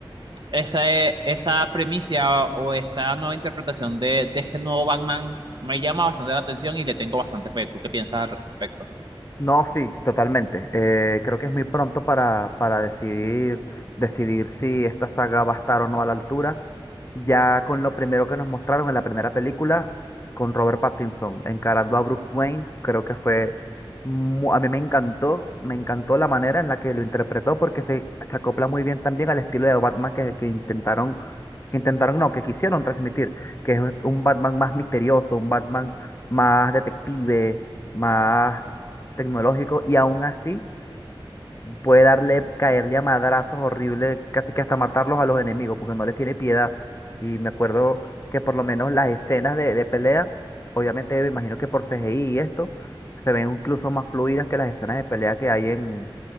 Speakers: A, on the right; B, on the left.
A: esa, eh, esa premisa o, o esta nueva interpretación de, de este nuevo Batman me llama bastante la atención y le tengo bastante fe. ¿Tú qué piensas al respecto?
B: No, sí, totalmente. Eh, creo que es muy pronto para, para decidir, decidir si esta saga va a estar o no a la altura. Ya con lo primero que nos mostraron en la primera película, con Robert Pattinson encarando a Bruce Wayne, creo que fue... mu- A mí me encantó, me encantó la manera en la que lo interpretó porque se, se acopla muy bien también al estilo de Batman que, que intentaron, que intentaron, no, que quisieron transmitir, que es un Batman más misterioso, un Batman más detective, más tecnológico y aún así puede darle, caerle a madrazos horribles, casi que hasta matarlos a los enemigos, porque no les tiene piedad. Y me acuerdo que por lo menos las escenas de, de pelea, obviamente me imagino que por C CGI y esto, se ven incluso más fluidas que las escenas de pelea que hay en,